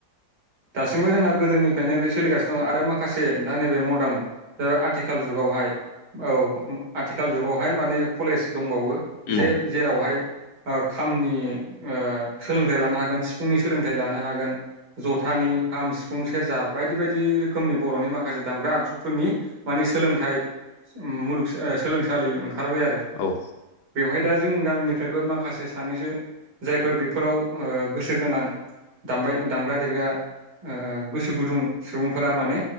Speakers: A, on the right; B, on the left.
A: दासिमबो जोंना गोदोनिफ्रायनो बे सोलिगासिनो। आरो माखासे दा नैबे मर्दान बे आथिखाल जुगावहाय औ। आथिखाल जुगावहाय माने कलेज दंबावो जे
B: औ
A: जेरावहाय ओ खामनि ओ सोलोंथाइ लानो हागोन सिफुंनि सोलोंथाइ लानो हागोन ज थानि, खाम, सिफुं, सेरजा बायदि बाय दि रोखोमनि बर'नि माखासे दामग्रा आगजुफोरनि माने सोलोंथाय मुलुग सोलोंसालि ओंखारबाय आरो
B: औ औ
A: बेवहाय दा जोंनि गामिनिफ्रायबो माखासे सानैसो जायफोर बेफोराव गोसो गोनां दामबाय दामग्रा देग्रा गोसो गुदुं सुबुंफोरा माने